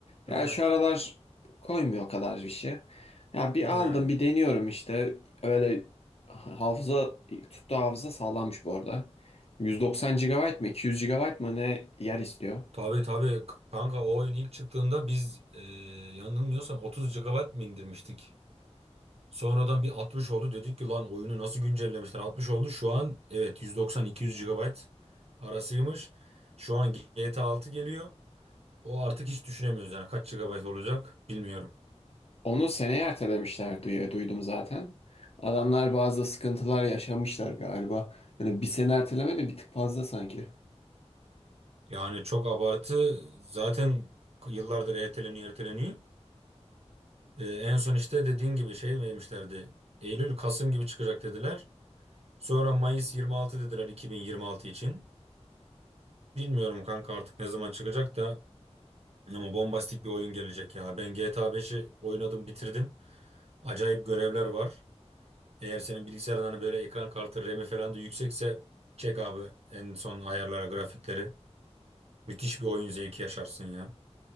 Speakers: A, on the left; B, on the right.
A: Ya
B: He.
A: şu aralar koymuyor o kadar bir şey. Ya bir
B: He.
A: aldım bir deniyorum işte. Öyle hafıza tuttu hafıza sağlammış bu arada. 190 GB mı 200 GB mı ne yer istiyor.
B: Tabii tabii kanka o oyun ilk çıktığında biz e, yanılmıyorsam 30 gigabayt mı indirmiştik? Sonradan bir 60 oldu. Dedik ki lan oyunu nasıl güncellemişler? 60 oldu. Şu an evet 190-200 GB arasıymış. Şu an GTA 6 geliyor. O artık hiç düşünemiyoruz yani kaç GB olacak bilmiyorum.
A: Onu seneye ertelemişler diye duydum zaten. Adamlar bazı sıkıntılar yaşamışlar galiba. Yani bir sene erteleme de bir tık fazla sanki.
B: Yani çok abartı. Zaten yıllardır erteleniyor erteleniyor. Ee, en son işte dediğin gibi şey vermişlerdi. Eylül Kasım gibi çıkacak dediler. Sonra Mayıs 26 dediler 2026 için. Bilmiyorum kanka artık ne zaman çıkacak da Ama bombastik bir oyun gelecek ya. Ben GTA 5'i oynadım, bitirdim. Acayip görevler var. Eğer senin bilgisayarın hani böyle ekran kartı, RAM'i falan da yüksekse çek abi en son ayarlara, grafikleri. Müthiş bir oyun zevki yaşarsın ya.